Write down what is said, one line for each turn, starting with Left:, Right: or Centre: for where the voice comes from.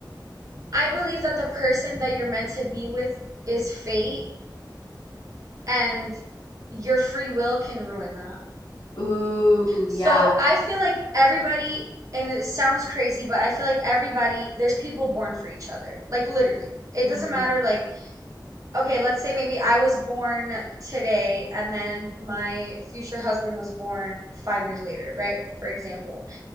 Right: I believe that the person that you're meant to be with is fate, and your free will can ruin that.
Left: Ooh,
Right: So
Left: yeah.
Right: I feel like everybody, and it sounds crazy, but I feel like everybody, there's people born for each other. Like literally. It
Left: Mm.
Right: doesn't matter, like, okay, let's say maybe I was born today and then my future husband was born five years later, right? For example.